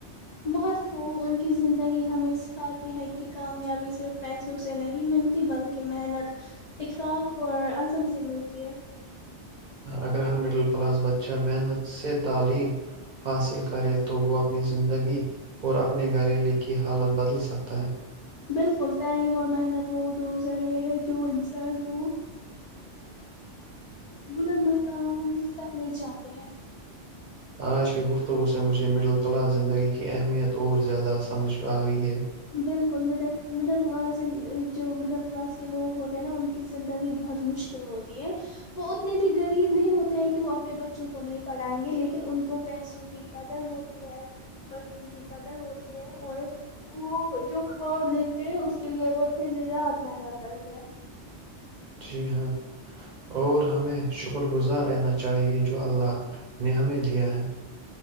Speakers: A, on the left; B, on the right.
A: بہت خوب ان کی زندگی ہمیں سکھاتی ہے کہ کامیابی صرف پیسوں سے نہیں ملتی بلکہ محنت اخلاق اور عزم سے ملتی ہے
B: اگر ہر مڈل کلاس بچہ محنت سے تعلیم حاصل کرے تو وہ اپنی زندگی اور اپنے گھریلو کی حالت بدل سکتا ہے
A: بالکل تعلیم اور محنت وہ دو ذریعے ہے جو انسان کو بلند مقام تک لے چاہتے ہیں
B: آج کی گفتگو سے مجھے مڈل کلاس زندگی کی اہمیت اور زیادہ سمجھ میں آئی ہے
A: بالکل مڈل مڈل کلاس جو مڈل کلاس کے لوگ ہوتے ہیں نا ان کی زندگی بہت مشکل ہوتی ہے وہ اتنے بھی غریب نہیں ہوتے ہیں کہ وہ اپنے بچوں کو نہیں پڑھائیں گے لیکن ان کو پیسوں کی قدر ہوتی ہے بچوں کی قدر ہوتی ہے اور وہ جو خواب دیکھتے ہیں اس کے لیے وہ رات محنت کرتے ہیں
B: جی ہاں اور ہمیں شکر گزار رہنا چاہیے جو اللہ نے ہمیں دیا ہے